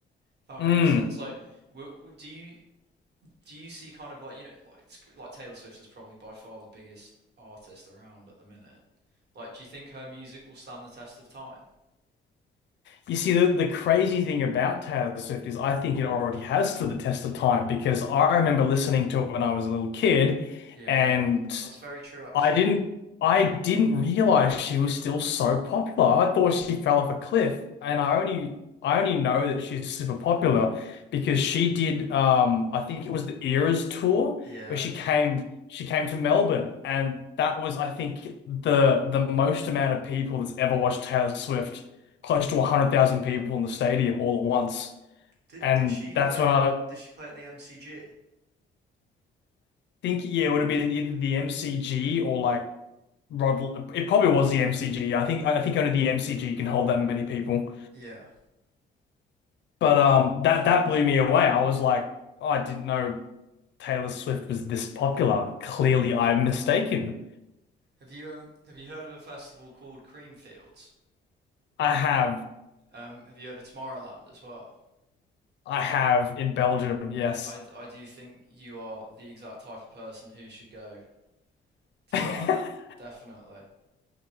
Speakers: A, on the right; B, on the left.
A: If that
B: Mm.
A: makes sense. Like, do you do you see kind of like you know like it's, like Taylor Swift is probably by far the biggest artist around at the minute. Like, do you think her music will stand the test of time?
B: You see, the, the crazy thing about Taylor Swift is I think it already has stood the test of time because I remember listening to it when I was a little kid
A: Yeah,
B: and
A: that's very true actually.
B: I didn't I didn't realize she was still so popular. I thought she fell off a cliff, and I only I only know that she's super popular because she did um I think it was the Eras tour
A: Yeah.
B: where she came she came to Melbourne, and that was I think the the most amount of people that's ever watched Taylor Swift, close to 100,000 people in the stadium all at once.
A: Did
B: And
A: did she
B: that's
A: play
B: when I
A: did she play at the MCG?
B: think yeah, it would have been either the MCG or like Rod, it probably was the MCG. I think I think only the MCG can hold that many people.
A: Yeah.
B: But um, that that blew me away. I was like, oh, I didn't know Taylor Swift was this popular. Clearly, I'm mistaken.
A: Have you um have you heard of a festival called Creamfields?
B: I have
A: Um, have you heard of Tomorrowland as well?
B: I have in Belgium, yes.
A: I I do think you are the exact type of person who should go to
B: <laughs>
A: that. Definitely